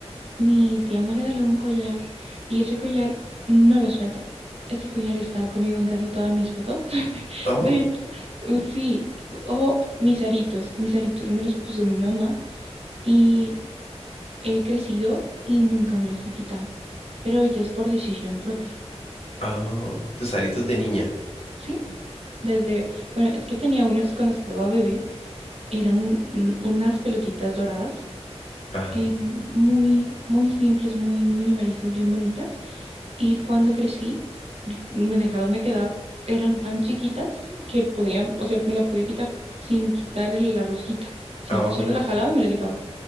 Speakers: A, on the right; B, on the left.
A: Mi tía me regaló un collar y ese collar no lo suelto. Ese collar está conmigo en casi todas mis fotos. <laughs>
B: Oh,
A: De hecho, uh, sí, o mis aritos, mis aritos me los puso mi mamá y he crecido y nunca me los he quitado. Pero ya es por decisión propia,
B: oh, tus aritos de niña.
A: ¿sí? Desde, bueno, es que tenía unos cuando estaba bebé, eran unas pelotitas doradas
B: Ajá,
A: eh, muy, muy simples, muy minimalistas, bien bonitas. Y cuando crecí, me dejaron de quedar, eran tan chiquitas que podía, o sea, me la podía quitar sin quitar el- la rosquita, sino
B: oh,
A: que solo la jalaba y me la quitaba.